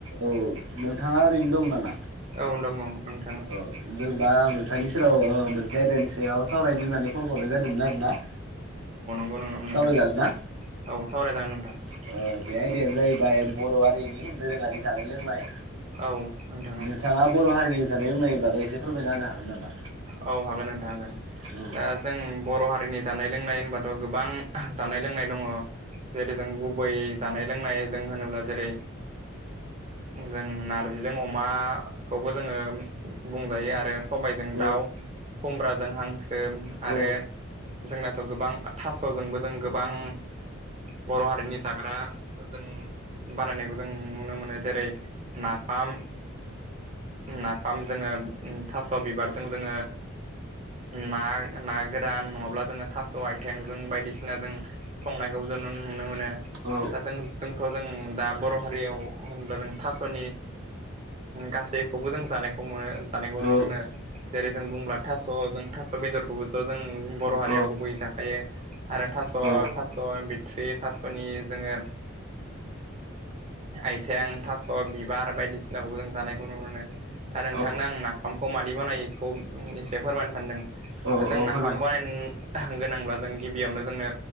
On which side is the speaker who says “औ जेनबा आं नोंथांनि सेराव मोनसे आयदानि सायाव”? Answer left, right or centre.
Right